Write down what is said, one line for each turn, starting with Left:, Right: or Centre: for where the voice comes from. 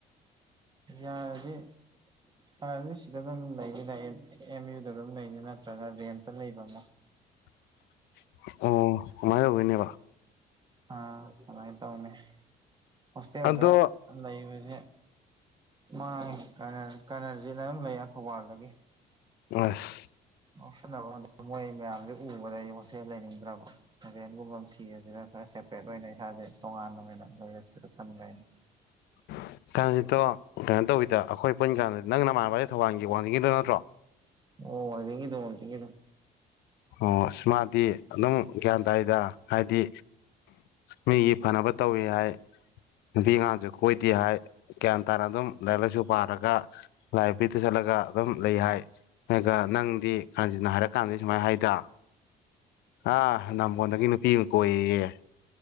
Right: ꯌꯥꯗꯒꯤ ꯐꯗꯤ ꯁꯤꯗ ꯑꯗꯨꯝ ꯂꯩꯅꯤꯅ ꯑꯦꯝ ꯌꯨꯗ ꯑꯗꯨꯝ ꯂꯩꯅꯤ ꯅꯠꯇ꯭ꯔꯒ ꯔꯦꯟꯇ ꯂꯩꯕ ꯑꯃ
Left: <inaudible> ꯑꯣ ꯀꯃꯥꯏꯅ ꯑꯣꯏꯣꯏꯅꯦꯕ
Right: ꯑꯥ ꯀꯃꯥꯏꯅ ꯇꯧꯅꯤ ꯍꫭꯁꯇꯜꯒ
Left: ꯑꯗꯣ
Right: ꯂꯩꯕꯁꯦ ꯃꯥꯡꯉꯦ ꯀꯅ ꯀꯅꯜꯁꯤ ꯑꯗꯨ ꯑꯗꯨꯝ ꯂꯩ ꯊꯧꯕꯥꯜꯗꯒꯤ
Left: ꯑꯁ
Right: ꯉꯎꯁꯟꯅꯕ ꯃꯣꯏ ꯃꯌꯥꯝꯁꯦ ꯎꯕꯗ ꯑꯩ ꯃꯣꯠꯁꯦ ꯂꯩꯅꯤꯡꯗ꯭ꯔꯕꯦꯟꯒꯨꯝꯕ ꯐꯤ ꯑꯁꯤꯗ ꯈꯔ ꯁꯦꯄꯔꯦꯠ ꯑꯣꯏꯅ ꯏꯁꯥꯁꯦ ꯇꯣꯉꯥꯟꯅ ꯑꯣꯏꯅ ꯂꯩꯔꯁꯨꯁꯨ ꯈꯟꯕꯅꯤ
Left: <inaudible> ꯀꯥꯔꯅꯥꯁꯤꯠꯇꯣ ꯀꯩꯅꯣ ꯇꯧꯋꯗ ꯑꯩꯈꯣꯏ ꯄꯨꯟ ꯀꯥꯟꯗ ꯅꯪ ꯅꯃꯥꯟꯅꯕꯁ ꯊꯧꯕꯥꯜꯒꯤ ꯋꯥꯡꯅꯤꯡꯤꯡꯒꯤꯗꯣ ꯅꯠꯇ꯭ꯔꯣ
Right: ꯑꯣ ꯋꯥꯡꯖꯤꯡꯒꯤꯗꫭ
Left: ꯑꯣ ꯃꯗꯤ ꯑꯗꯨꯝ ꯒ꯭ꯌꯥꯟ ꯇꯥꯥꯏꯗ ꯍꯥꯏꯗꯤ ꯃꯤꯒꯤ ꯐꯅꯕ ꯇꯧꯏꯤ ꯍꯥꯏ ꯅꯨꯄꯤꯉꯥꯡꯁꯨ ꯀꯣꯏꯗꯦ ꯍꯥꯏ ꯒ꯭ꯌꯥꯟ ꯇꯥꯅ ꯑꯗꯨꯝ ꯂꯥꯏꯔꯤꯛ ꯂꯥꯏꯁꯨ ꯄꯥꯔꯒ ꯂꯥꯏꯕꯦꯔꯤꯗ ꯆꯠꯂꯒ ꯑꯗꯨꯝ ꯂꯩ ꯍꯥꯏ ꯅꯪꯗꯤ ꯈꯔꯁꯤꯟꯅ ꯍꯥꯏꯔ ꯀꯥꯟꯗꯗꯤ ꯁꯨꯃꯥꯏꯅ ꯍꯥꯏꯗ ꯑ ꯅꯝꯕꯣꯟꯗꯒꯤ ꯅꯨꯄꯤ ꯑꯃ ꯀꯣꯏꯌꯦꯌꯦ